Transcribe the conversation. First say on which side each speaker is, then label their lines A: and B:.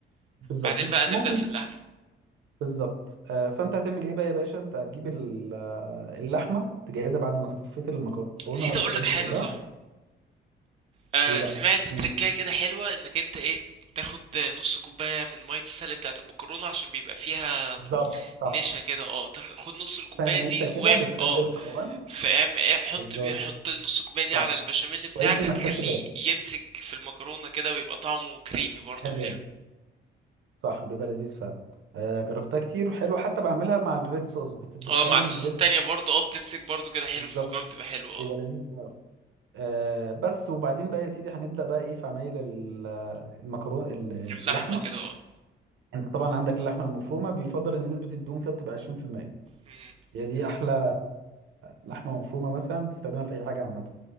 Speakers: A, on the right; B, on the right.
A: بالظبط
B: بعدين بقى نبدأ
A: ممكن
B: في
A: ت-
B: اللحمة
A: بالظبط آه فانت هتعمل ايه بقى يا باشا انت هتجيب ال- آه، اللحمه تجهزها بعد ما صفيت المكرونه
B: نسيت
A: والحاجات
B: اقولك
A: دي
B: حاجة
A: كلها
B: صح آه
A: ايه بقى
B: سمعت تركاية
A: مم.
B: كده حلوة انك انت ايه تاخد نص كوباية من مية السلق بتاعة المكرونة عشان بيبقى فيها
A: بالظبط صح
B: نشا كده اه تخ- خد نص الكوبايه
A: فنشة
B: دي واعمل
A: كده بتخلي
B: اه
A: القوام
B: فاعمل اع- حط
A: بالظبط
B: بيه حط نص الكوبايه دي
A: صح
B: على البشاميل بتاعك
A: كويس انك
B: هتخليه
A: خدت بالك
B: يمسك في المكرونه كده ويبقى طعمه كريمي برضه
A: حلو
B: حلو
A: أوي. صح بيبقى لذيذ فعلا آه جربتها كتير وحلو حتى بعملها مع الريد صوص بت... بتخلي
B: اه مع الصوص
A: الريد
B: التانية
A: صوص
B: برضه اه بتمسك برضه كده حلو
A: بالظبط
B: في المكرونه بتبقى حلوه
A: بيبقى
B: اه
A: لذيذ قوي آه بس وبعدين بقى يا سيدي هنبدأ بقى ايه في عمايل المكرونة
B: اللحمه
A: اللحمة
B: كده اه
A: انت طبعا عندك اللحمة المفرومة بيفضل ان نسبة الدهون فيها بتبقى 20%
B: مم.
A: هي دي احلى لحمة مفرومة مثلا تستخدمها في اي حاجة عامة